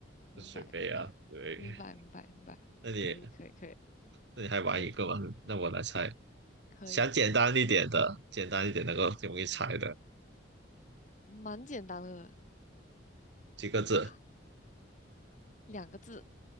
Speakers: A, on the left; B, on the right.
A: 明白明白明白明白明白，
B: 水杯啊，对。<laughs> 那你
A: 可以可以可以
B: 那你还玩一个吗？
A: 可以
B: 那我来猜，
A: 可可以，
B: 想简单一点的，简单一点能够容易猜的，
A: 蛮简单的，
B: 几个字，
A: 哈两个字